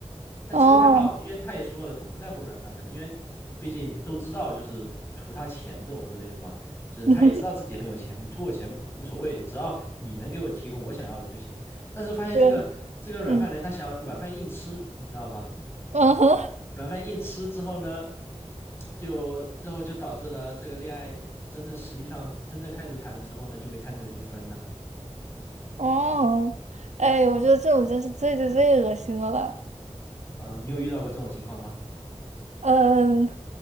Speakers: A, on the left; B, on the right.
A: 但其实还好，
B: 哦，
A: 因为他也说了，他不在乎软饭男，因为毕竟都知道就是图他钱这种之类的嘛，就是他也知道自己很有钱，
B: <laughs> 嗯哼，
A: 你图我钱无所谓，只要你能给我提供我想要的就行。但是发现这个这个软饭男他想要软饭硬吃，
B: 对，嗯。
A: 你知道吧？
B: <laughs> 嗯哼，
A: 软饭硬吃之后呢，就之后就导致了这个恋爱真正实际上真正开始谈了之后呢，就没谈多久就分了。
B: 哦，哎，我觉得这种真是最最最恶心的了。
A: 嗯，你有遇到过这种情况吗？
B: 嗯，